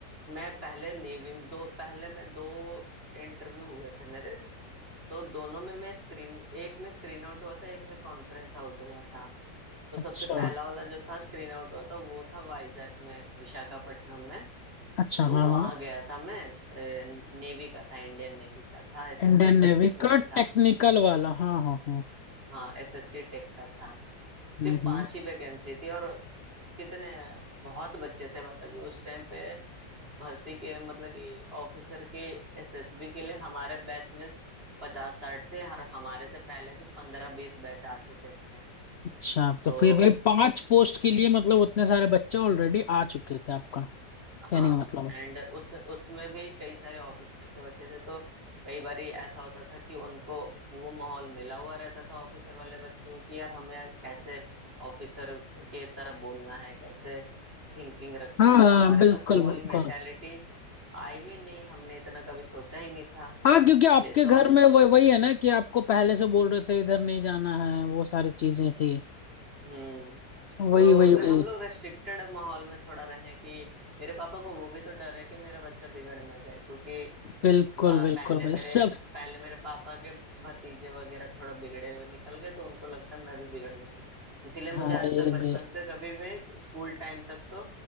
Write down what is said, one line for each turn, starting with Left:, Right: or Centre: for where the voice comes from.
Right: मैं पहले नेवी दो पहले मैं दो इंटरव्यू हुए थे मेरे तो दोनों में मैं स्क्रीन एक में स्क्रीन आउट हुआ था एक में कॉन्फ्रेंस आउट हुआ था तो सबसे
Left: अच्छा
Right: पहला वाला जो था स्क्रीन आउट हुआ था वो था वाइजैक में विशाखापट्टनम में
Left: अच्छा
Right: तो
Left: हाँ
Right: वहां
Left: हाँ
Right: गया था मैं नेवी का था इंडियन नेवी का था एसएससी
Left: इंडियन
Right: टेक
Left: नेवी
Right: के
Left: का
Right: लिए था
Left: टेक्निकल वाला हाँ हाँ हाँ
Right: हाँ एसएससी टेक का था
Left: हम्म
Right: सिर्फ
Left: हम्म
Right: पांच ही वैकेंसी थी और कितने बहुत बच्चे थे मतलब कि उस टाइम पे भर्ती के मतलब कि ऑफिसर के एसएसबी के लिए हमारे बैच में पचास साठ थे और हमारे से पहले भी पंद्रह बीस बैच आ चुके थे
Left: अच्छा
Right: तो
Left: तो फिर भाई पांच पोस्ट के लिए मतलब उतने सारे बच्चे ऑलरेडी आ चुके थे आपका कहने
Right: हाँ
Left: का मतलब है
Right: एंड उस उसमें भी कई सारे ऑफिसर के बच्चे थे तो कई बार ऐसा होता था कि उनको वो माहौल मिला हुआ रहता था ऑफिसर वाले बच्चों को कि यार हमें कैसे ऑफिसर के तरह बोलना है कैसे थिंकिंग रखनी
Left: हाँ
Right: है
Left: हाँ
Right: तो हमारे
Left: बिल्कुल
Right: पास वो वाली
Left: बिल्कुल
Right: मेंटेलिटी आई ही नहीं हमने इतना कभी सोचा ही नहीं था
Left: हाँ क्योंकि आपके
Right: ले तो
Left: घर
Right: हम
Left: में
Right: इस
Left: वही वही है ना कि आपको पहले से बोल रहे थे इधर नहीं जाना है वो सारी चीजें थी
Right: हम्म
Left: वही
Right: तो
Left: वही वही
Right: हम लोग रेस्ट्रिक्टेड माहौल में थोड़ा रहे कि मेरे पापा को वो भी तो डर है कि मेरा बच्चा बिगड़ ना जाए क्योंकि
Left: बिल्कुल
Right: बा, पहले
Left: बिल्कुल भाई
Right: मेरे
Left: सब
Right: पहले मेरे पापा के भतीजे वगैरह थोड़ा बिगड़े हुए निकल गए तो उनको लगता मैं भी बिगड़ जाऊंगा इसीलिए मुझे
Left: हाँ
Right: आज
Left: ये
Right: तक बचपन
Left: भी
Right: से कभी भी स्कूल टाइम तक तो